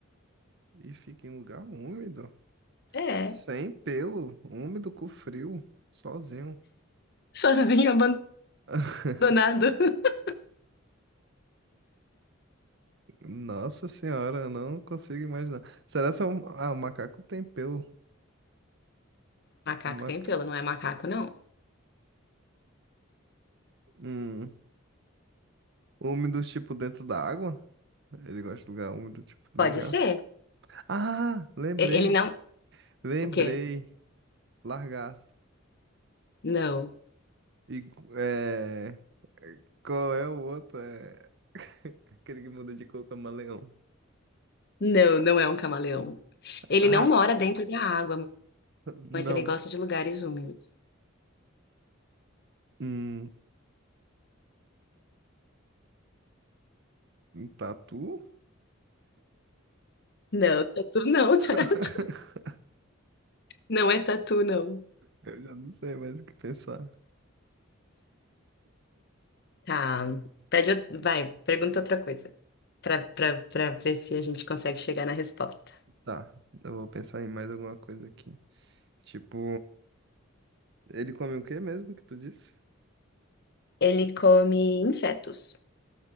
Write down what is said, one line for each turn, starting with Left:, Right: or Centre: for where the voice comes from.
Right: E fica em lugar úmido.
Left: É,
Right: Sem pelo, úmido com frio, sozinho.
Left: Sozinho, abandonado.
Right: <laughs>
Left: <laughs>
Right: Nossa senhora, eu não consigo imaginar. Será que é um... Ah, o macaco tem pelo.
Left: Macaco
Right: Um maca...
Left: tem pelo, não é macaco, não?
Right: um úmido, tipo, dentro da água? Ele gosta de lugar úmido, tipo, dentro
Left: pode
Right: de água.
Left: ser.
Right: Ah, lembrei.
Left: E- Ele não.
Right: Lembrei.
Left: O quê?
Right: Lagarto.
Left: Não.
Right: E é... qual é o outro? É... <laughs> Aquele que muda de cor, com camaleão.
Left: Não, não é um camaleão. Ele
Right: Ah,
Left: não mora dentro da água,
Right: Não.
Left: mas ele gosta de lugares úmidos.
Right: Hum, um tatu?
Left: Não, tatu não, <laughs> tatu.
Right: <laughs>
Left: Não é tatu, não.
Right: Eu já não sei mais o que pensar.
Left: Tá. Pede, out- vai, pergunta outra coisa. Pra, pra, pra ver se a gente consegue chegar na resposta.
Right: Tá, eu vou pensar em mais alguma coisa aqui. Tipo, ele come o que mesmo que tu disse?
Left: Ele come insetos.